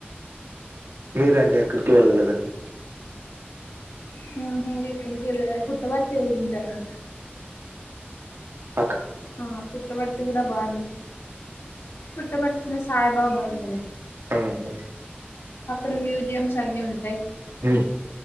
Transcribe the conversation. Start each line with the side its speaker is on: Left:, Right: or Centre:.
Right: మీరండి ఎక్కడికి వెళ్ళలేద అండి
Left: హ ఎక్కడికి వెళ్ళలా పుట్టబర్త వెళ్ళింటి అండి
Right: ఆ
Left: ఆ పుట్టబర్తి కూడా బాగుంది పుట్టబర్తి సాయిబాబ ది
Right: అవున అండి
Left: అక్కడ మ్యూజియంమ్స్ అన్ని ఉంటాయి
Right: హ